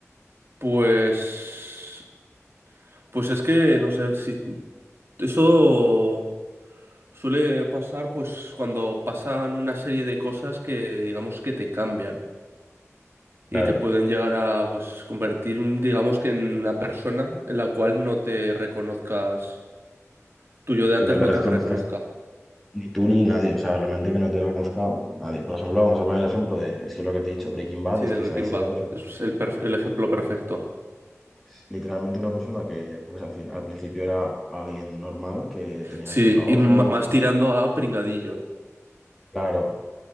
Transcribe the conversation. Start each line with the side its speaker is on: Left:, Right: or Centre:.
Right: pues, pues es que no sé si eso suele pasar, pues cuando pasan una serie de cosas que digamos que te cambian.
Centre: claro,
Right: y te pueden llegar a pues convertir, digamos que en una persona en la cual no te reconozcas, tu yo de antes
Centre: que no te
Right: no
Centre: reconozcas
Right: te reconozca.
Centre: Ni tú ni nadie, o sea, realmente que no te reconozca nadie. Por ejemplo, vamos a poner el ejemplo de, es que lo que te he dicho, Breaking Bad,
Right: Sí,
Centre: es
Right: del
Centre: que
Right: Breaking
Centre: ahí se
Right: Bad.
Centre: ve perfectamente.
Right: Es el, perf- el ejemplo perfecto.
Centre: Es literalmente una persona que, pues al fin, al principio era alguien normal, que tenía
Right: Sí,
Centre: su trabajo,
Right: y ma- más tirando a pringadillo.
Centre: claro.